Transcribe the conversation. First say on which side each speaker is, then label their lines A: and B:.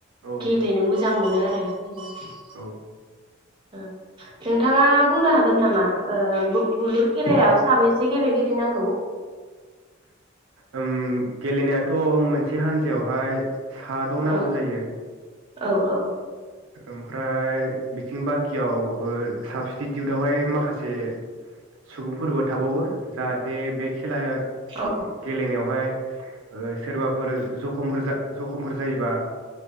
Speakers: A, on the right; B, on the right.
A: औ
B: गेलेनो मोजां मोनो आरो <inaudible>
A: औ
B: नोंथाङा बुंनो हागोन नामा ओ बु बुलुर खेलायाव साबैसे गेलेगिरि नांगौ?
A: ओम गेलेनायाथ' मोनसे हान्जायावहाय साद' नांगौ
B: औ
A: जायो
B: औ औ
A: ओमफ्राय बिथिं बाखियाव ओ साबस्टिटिउटआवहाय माखासे सुबुंफोरबो थाबावो जाहाथे बे खेलाया
B: औ
A: गेलेनायावहाय ओ सोरबा फोर जखमफोर जखमफोर जायोबा